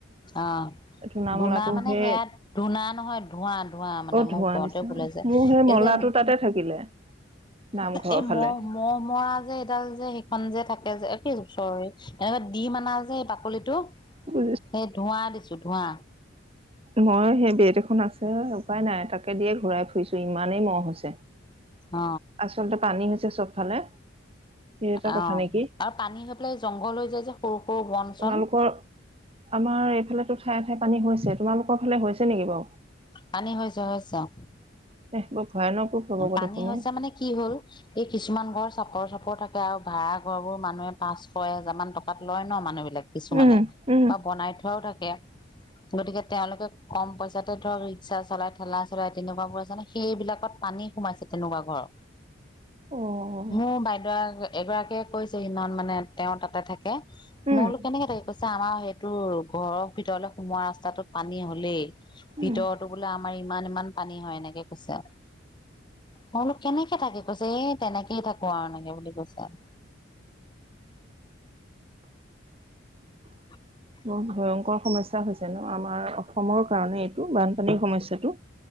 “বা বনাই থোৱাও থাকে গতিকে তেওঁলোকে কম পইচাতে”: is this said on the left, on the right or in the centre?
Left